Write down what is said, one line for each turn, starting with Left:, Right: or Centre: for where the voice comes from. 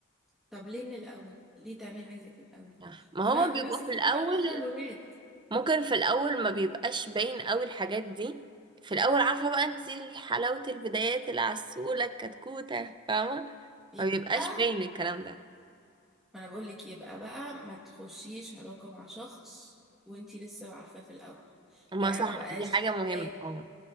Centre: طب ليه من الاول ليه تعملي حاجة زي كده من الاول
Right: صح ما
Centre: في
Right: هو بيبقوا
Centre: نفس الكلام
Right: في الاول
Centre: بالنسبة للولاد
Right: ممكن في الاول ما بيبقاش باين قوي الحاجات دي في الاول عارفه بقى انت حلاوه البدايات العسوله الكتكوته فاهمه
Centre: يبقى
Right: ما بيبقاش باين الكلام ده
Centre: ما انا بقول لك يبقى بقى ما تخشيش علاقة مع شخص وانتي لسه عارفاه في الاول
Right: ما
Centre: يعني
Right: صح
Centre: انا ما بقاش
Right: دي حاجه مهمه
Centre: جاي
Right: اه